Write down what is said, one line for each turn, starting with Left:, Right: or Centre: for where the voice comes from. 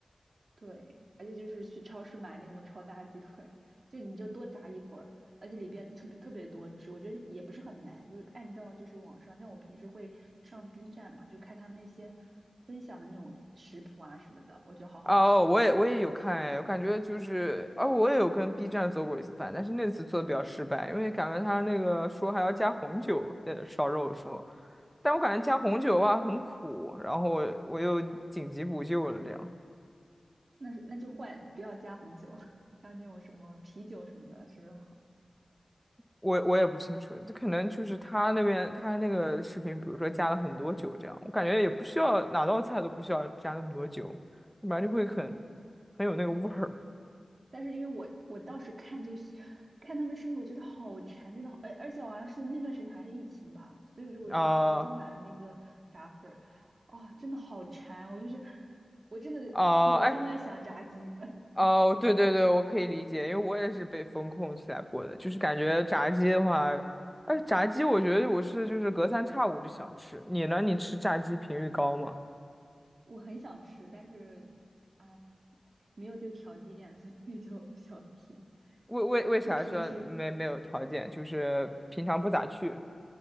Right: 对，而且就是去超市买那种超大鸡腿，就你就多炸一会儿，而且里边特别特别多汁，我觉得也不是很难，就是按照就是网上，像我平时会上 B 站嘛，就看他们那些分享的那种食谱啊什么的，我觉得好好吃。
Centre: 哦，我也我也有看哎，我感觉就是，哦，我也有跟 B 站做过一次饭，但是那次做的比较失败，因为感觉他那个说还要加红酒在这烧肉的时候，但我感觉加红酒的话很苦，然后我又紧急补救了这样。
Right: 那是那就换，不要加红酒，<laughs> 还有那种什么啤酒什么的，是不是好？
Centre: 我我也不清楚，这可能就是他那边他那个视频，比如说加了很多酒这样，我感觉也不需要哪道菜都不需要加那么多酒，要不然就会很
Right: 哦
Centre: 很有那个味儿
Right: 但是因为我我当时看就是看他们吃，我觉得好馋，真的好，而而且好像是那段时间还是疫情吧，所以我说我就我就买了那个炸粉儿，
Centre: 啊
Right: 啊、真的好馋啊，我就是我真的每天都在想炸鸡，
Centre: 啊哎
Right: <laughs>
Centre: 哦对对对，我可以理解，因为我也是被风控起来过的，就是感觉炸鸡的话，哎炸鸡我觉得我是就是隔三差五就想吃，你呢？你吃炸鸡频率高吗？
Right: 我很想吃，但是啊没有这个条件，所以就比较皮，
Centre: 为为为啥说没没有条件？
Right: 就平时。
Centre: 就是平常不咋去。